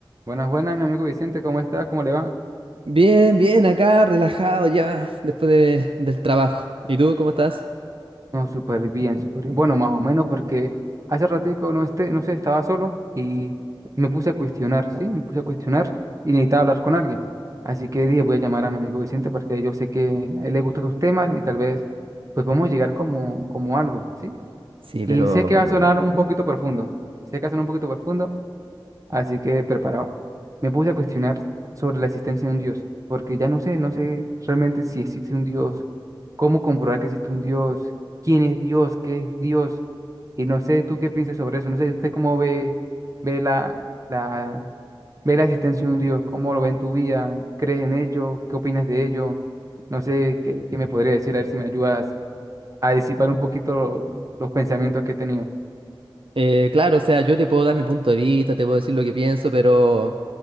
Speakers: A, on the right (about 40°); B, on the right (about 85°).
A: Buenas, buenas, mi amigo Vicente, ¿cómo está? ¿Cómo le va?
B: Bien, bien, acá relajado ya después de- del trabajo. ¿Y tú cómo estás?
A: No, súper bien, súper bien. Bueno, más o menos porque hace ratico no esté, no sé, estaba solo y me puse a cuestionar, ¿sí? Me puse a cuestionar y necesitaba hablar con alguien. Así que dije, voy a llamar a mi amigo Vicente porque yo sé que a él le gustan estos temas y tal vez pues podemos llegar como, como algo, ¿sí?
B: Sí,
A: Y
B: pero...
A: sé que va a sonar un
B: mm,
A: poquito profundo, sé que va a sonar un poquito profundo, Así que preparado. Me puse a cuestionar sobre la existencia de un Dios, porque ya no sé, no sé realmente si existe un Dios, cómo comprobar que existe un Dios, quién es Dios, qué es Dios, y no sé tú qué piensas sobre eso, no sé usted cómo ve, ve la, la, ve la existencia de un Dios, cómo lo ve en tu vida, crees en ello, qué opinas de ello, no sé qué, qué me podría decir, a ver si me ayudas a disipar un poquito los pensamientos que he tenido.
B: eh, claro, o sea, yo te puedo dar mi punto de vista, te puedo decir lo que pienso, pero